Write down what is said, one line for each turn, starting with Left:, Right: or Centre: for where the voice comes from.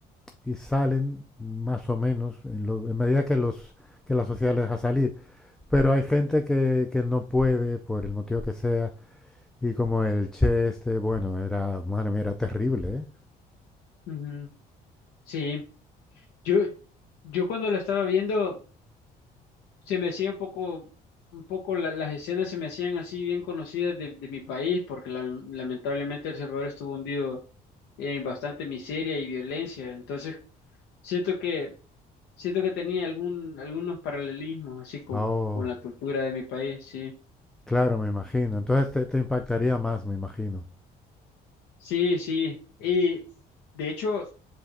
Centre: y, y salen más o menos en, lo, en medida que, los, que la sociedad les deja salir. Pero hay gente que, que no puede, por el motivo que sea, y como el Che este, bueno, era, madre mía, era terrible, ¿eh?
Left: Ujú. Sí. Yo, yo cuando la estaba viendo, se me hacía un poco, un poco la- las escenas se me hacían así bien conocidas de, de mi país, porque la- lamentablemente El Salvador estuvo hundido en bastante miseria y violencia. Entonces, siento que Siento que tenía algún, algunos paralelismos así con,
Centre: Oh,
Left: con la cultura de mi país, sí.
Centre: claro, me imagino. Entonces te, te impactaría más, me imagino.
Left: Sí, sí. Y de hecho,